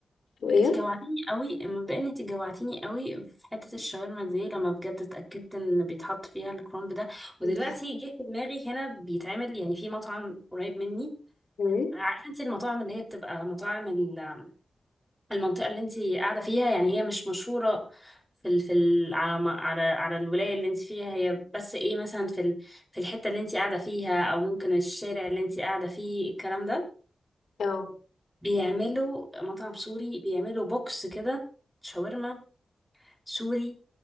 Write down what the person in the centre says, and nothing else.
انت جوعتيني قوي مبدئيا انت جوعتيني قوي في حته الشاورما دي لما بجد اتاكدت ان بيتحط فيها الكرنب ده ودلوقتي
جه في دماغي هنا بيتعمل يعني في مطعم قريب مني
عارفه انت المطاعم اللي هي بتبقى مطاعم ال- المنطقه اللي انت قاعده فيها يعني هي مش مشهوره في ال في ال على ما- على على الولايه اللي انت فيها هي بس ايه مثلا في ال في الحته اللي انت قاعده فيها او ممكن الشارع اللي انت قاعده فيه الكلام ده
بيعملوا مطعم سوري بيعملوا بوكس كده شاورما سوري